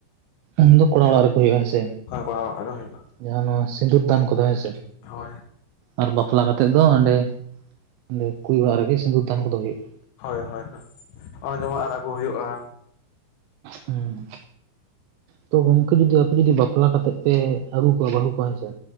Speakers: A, on the right; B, on the left.
A: ᱩᱱ ᱫᱚ ᱠᱚᱲᱟ ᱚᱲᱟᱜ ᱨᱮᱠᱚ ᱦᱩᱭᱩᱜ ᱦᱮᱸ ᱥᱮ
B: ᱦᱮᱸ ᱠᱚᱲᱟ ᱦᱩᱭᱩᱜ-ᱟ᱾
A: ᱡᱟᱦᱟᱸ ᱱᱚᱣᱟ ᱥᱤᱸᱫᱩᱨ ᱫᱟᱱ ᱠᱚᱫᱚ ᱦᱮᱸᱥᱮ
B: ᱦᱳᱭ
A: ᱟᱨ ᱵᱟᱯᱞᱟ ᱠᱟᱛᱮᱫ ᱫᱚ ᱚᱸᱰᱮ ᱚᱸᱰᱮ ᱠᱩᱲᱤ ᱚᱲᱟᱜ ᱨᱮᱜᱮ ᱥᱤᱸᱫᱩᱨ ᱫᱟᱱ ᱠᱚᱫᱚ ᱦᱩᱭᱩᱜ-ᱟ᱾
B: ᱦᱳᱭ ᱦᱳᱭ ᱦᱳᱭ ᱚᱱᱮ ᱡᱮᱢᱚᱱ ᱟᱨ ᱟᱹᱜᱩ ᱦᱩᱭᱩᱜ-ᱟ᱾
A: ᱦᱩᱸ ᱛᱚ ᱜᱚᱢᱠᱮ ᱡᱩᱫᱤ ᱟᱯᱮ ᱡᱩᱫᱤ ᱵᱟᱯᱞᱟ ᱠᱟᱛᱮᱜ ᱯᱮ ᱟᱹᱜᱩ ᱠᱚᱣᱟ ᱵᱟᱹᱦᱩ ᱠᱚᱣᱟ ᱦᱮᱸᱥᱮ